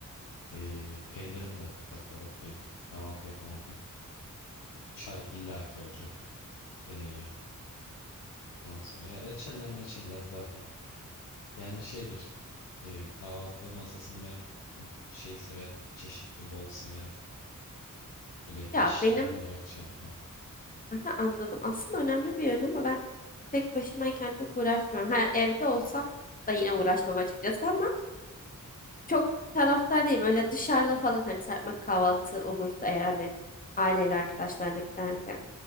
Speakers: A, on the left; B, on the left.
A: Ee, peynirim de mutlaka olur. Peynirsiz kahvaltı yapamam ben. E, çay illaki olacak. Ee, daha sonra ya reçeller meçeller zaten. Yani şeydir. e, kahvaltı masasını ben şey severim. Çeşitli bol severim. Böyle geçiştirme
B: Ya benim,
A: olarak şey yapmam.
B: aha, anladım. Aslında önemli bir öğün ama ben tek başımayken çok uğraşmıyorum. Ha, evde olsam da yine uğraşmam açıkçası ama çok taraftar değilim. Öyle dışarıda falan hani serpme kahvaltı olursa eğer hani aileyle arkadaşlarla giderken.